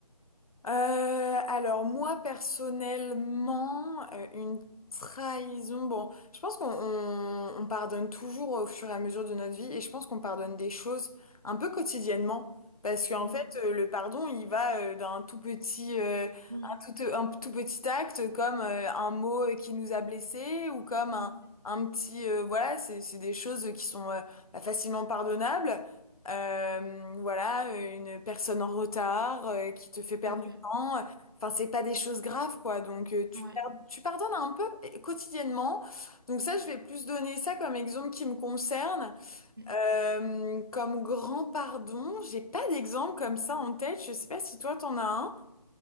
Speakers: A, on the left (about 60°); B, on the right (about 35°).
A: Euh, alors moi personnellement, euh, une trahison, bon, je pense qu'on on- on pardonne toujours au fur et à mesure de notre vie et je pense qu'on pardonne des choses un peu quotidiennement parce qu'en
B: Mm.
A: fait euh, le pardon il va euh, d'un tout petit euh,
B: Oui,
A: un tout, un tout petit acte comme euh, un mot euh, qui nous a blessés ou comme un,
B: Mm.
A: un petit euh, voilà c'est c'est des choses qui sont euh, bah, facilement pardonnables. Euh, voilà, une personne en retard euh, qui te fait perdre
B: tout à fait.
A: hein, euh, Enfin, c'est pas des choses graves, quoi. Donc, euh, tu,
B: Ouais.
A: per- tu pardonnes un peu euh, quotidiennement. Donc, ça, je vais plus donner ça comme exemple qui me concerne.
B: Mm.
A: Euh, comme grand pardon, j'ai pas d'exemple comme ça en tête. Je sais pas si toi, t'en as un.